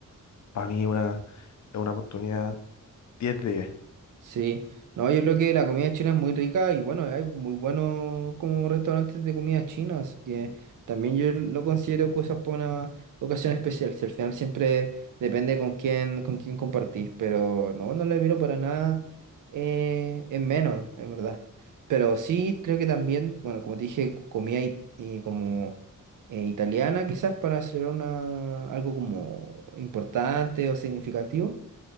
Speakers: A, on the left (about 60°); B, on the right (about 70°).
A: para mí una, es una oportunidad 10 de 10.
B: Sí, no, yo creo que la comida china es muy rica y bueno, hay muy buenos como restaurantes de comida china, así que también yo lo considero cosas para una ocasión especial, si al final siempre depende con quién, con quién compartir, pero no, no le miro para nada eh, en menos, en verdad. Pero sí, creo que también, bueno, como te dije, comida it- y como eh, italiana quizás para celebrar una, algo como importante o significativo